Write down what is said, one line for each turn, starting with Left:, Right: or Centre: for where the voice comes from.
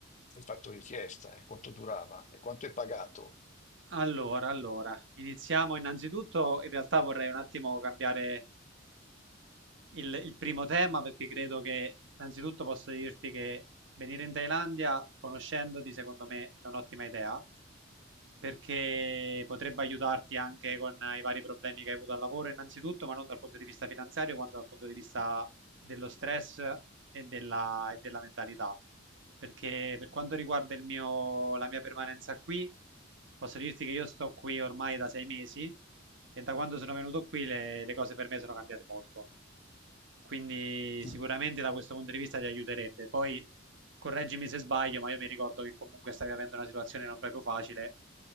Left: hai fatto richiesta e quanto durava e quanto hai pagato?
Right: Allora, allora, iniziamo innanzitutto. In realtà vorrei un attimo cambiare il, il primo tema perché credo che innanzitutto posso dirti che venire in Thailandia conoscendoti secondo me è un'ottima idea perché potrebbe aiutarti anche con eh, i vari problemi che hai avuto al lavoro innanzitutto ma non dal punto di vista finanziario quanto dal punto di vista dello stress e della, e della mentalità perché per quanto riguarda il mio, la mia permanenza qui posso dirti che io sto qui ormai da sei mesi e da quando sono venuto qui le, le cose per me sono cambiate molto quindi
Left: Mm.
Right: sicuramente da questo punto di vista ti aiuterebbe. Poi correggimi se sbaglio, ma io mi ricordo che comunque stavi avendo una situazione non proprio facile